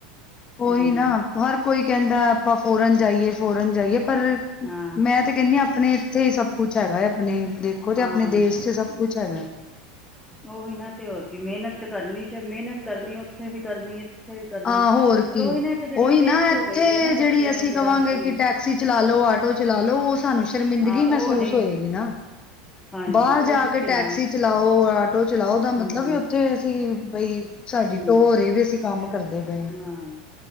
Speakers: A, in the centre; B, on the left.
A: ਹੂੰ
B: ਉਹੀ ਨਾ ਹਰ ਕੋਈ ਕਹਿੰਦਾ ਆਪਾਂ ਫੋਰਨ ਜਾਈਏ ਫੋਰਨ ਜਾਈਏ ਪਰ
A: ਹਾਂ
B: ਮੈਂ ਤੇ ਕਹਿੰਦੀ ਆ ਆਪਣੇ ਇੱਥੇ ਹੀ ਸਭ ਕੁਛ ਹੈਗਾ ਹੈ, ਆਪਣੇ ਦੇਖੋ ਤੇ
A: ਹਾਂ
B: ਆਪਣੇ ਦੇਸ਼ ਚ ਸਭ ਕੁਛ ਹੈਗਾ।
A: ਉਹੀ ਨਾ ਤੇ ਹੋਰ ਕੀ ਮਿਹਨਤ ਕਰਨੀ ਚ ਮਿਹਨਤ ਕਰਨੀ ਉੱਥੇ ਵੀ ਕਰਨੀ ਹੈ। ਇੱਥੇ ਵੀ ਕਰਨੀ
B: ਆਹ ਹੋਰ
A: ਪਰ
B: ਕੀ
A: ਉਹੀ ਨਾ ਇੱਕ ਜਿਹੜੀ
B: ਉਹੀ
A: ਖੇਚ
B: ਨਾ ਇੱਥੇ
A: ਹੋ ਗਈ ਦੀ ਨਾ
B: ਜਿਹੜੀ
A: ਬੱਚਿਆਂ
B: ਅਸੀਂ
A: ਨੂੰ ਜਿਹੜਾ
B: ਕਵਾਂਗੇ
A: ਬਈ
B: ਕਿ ਟੈਕਸੀ ਚਲਾ ਲੋ, ਆਟੋ ਚਲਾ ਲੋ ਉਹ ਸਾਨੂੰ ਸ਼ਰਮਿੰਦਗੀ
A: ਹਾਂ
B: ਮਹਿਸੂਸ
A: ਉਹ ਨਹੀਂ
B: ਹੋਏਗੀ ਨਾ।
A: ਹਾਂਜੀ
B: ਬਾਹਰ ਜਾ
A: ਉਹੀ
B: ਕੇ ਟੈਕਸੀ
A: ਚਲਾਨ
B: ਚਲਾ ਓ ਆਟੋ ਚਲਾਓ ਦਾ ਮਤਲਬ
A: ਹੂੰ
B: ਵੀ ਉੱਥੇ ਅਸੀਂ ਬਈ ਸਾਡੀ
A: ਹੂੰ
B: ਟੋਰੇ ਏਵੀ ਅਸੀਂ ਕੰਮ ਕਰਦੇ ਪਏ
A: ਹਾਂ।